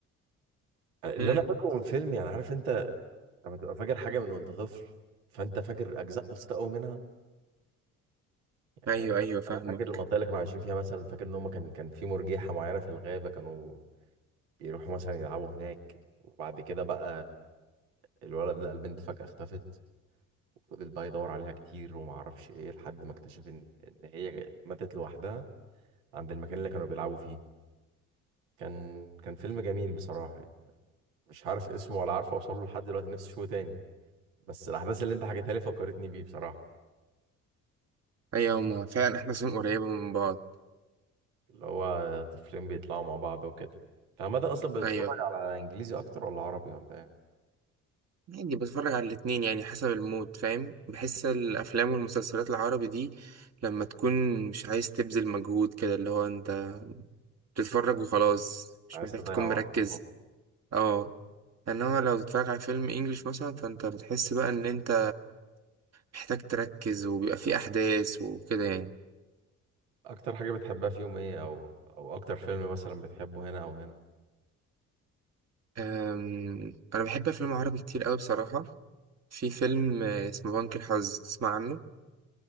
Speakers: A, on the right; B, on the right.
A: آه، اللي
B: مم.
A: انا فاكره من فيلم يعني عارف انت لما تبقى فاكر حاجة من وانت طفل فانت فاكر اجزاء بسيطة قوي منها
B: أيوه
A: آه،
B: أيوه فاهمك
A: انا فاكر المنطقة اللي كانوا عايشين فيها مثلا فاكر ان هم كان كان في مرجيحة معينة في الغابة كانوا بيروحوا مثلا يلعبوا هناك وبعد كده بقى الولد لقى البنت فجأة اختفت وفضل بقى يدور عليها كتير وما اعرفش ايه لحد ما اكتشف ان ان هي ماتت لوحدها عند المكان اللي كانوا بيلعبوا فيه كان كان فيلم جميل بصراحة يعني مش عارف اسمه ولا عارف اوصله لحد دلوقتي نفسي اشوفه تاني بس الاحداث اللي انت حكيتها لي فكرتني بيه بصراحة
B: أيوه هما فعلا إحنا سنين قريبة من بعض
A: اللي هو طفلين بيطلعوا مع بعض وكده انت عامة اصلا بتتفرج
B: ايوه
A: على انجليزي اكتر ولا عربي ولا ايه
B: يعني بتفرج على الاتنين يعني حسب المود فاهم بحس الافلام والمسلسلات العربي دي لما تكون مش عايز تبذل مجهود كده اللي هو انت بتتفرج وخلاص مش
A: عايز
B: محتاج
A: تضيع
B: تكون مركز
A: وقت
B: اه انما لو تتفرج على فيلم انجليش مثلا فانت بتحس بقى ان انت محتاج تركز وبيبقى فيه احداث وكده يعني
A: اكتر حاجة بتحبها فيهم ايه او او اكتر فيلم مثلا بتحبه هنا او هنا
B: أم، انا بحب افلام عربي كتير قوي بصراحة في فيلم آه، اسمه بنك الحظ تسمع عنه